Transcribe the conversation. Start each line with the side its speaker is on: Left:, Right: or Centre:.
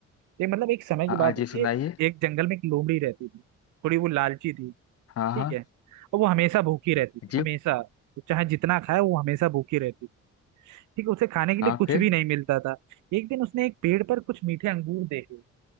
Right: ये मतलब एक समय
Left: हाँ
Right: की बात
Left: हाँ, जी
Right: होती
Left: सुनाइए
Right: है एक जंगल में एक लोमड़ी रहती थी थोड़ी वो लालची थी
Left: हाँ
Right: ठीक
Left: हाँ
Right: है और वो हमेशा भूखी रहती थी
Left: जी
Right: हमेशा चाहे जितना खाए वो हमेशा भूखी रहती थी ठीक है उसे खाने के
Left: हाँ
Right: लिए कुछ
Left: फिर
Right: भी नहीं मिलता था एक दिन उसने एक पेड़ पर कुछ मीठे अंगूर देखे